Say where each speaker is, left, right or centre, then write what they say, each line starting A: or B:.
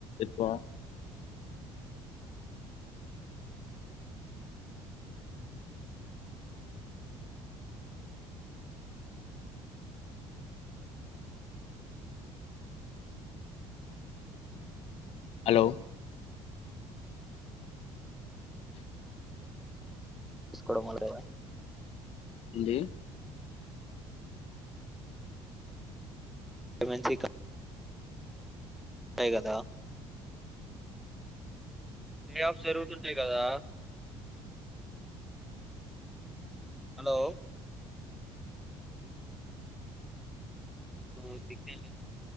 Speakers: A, on the left; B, in the centre.
A: ఎక్కువా హలో
B: తీసుకోవడం వల్లేగా
A: ఏంది
B: ఎమ్ ఎన్సి కంప్ ఉంటాయ్ గదా లే ఆఫ్ జరుగుతుంటాయి గదా హలో నీకు సిగ్నల్ లేదు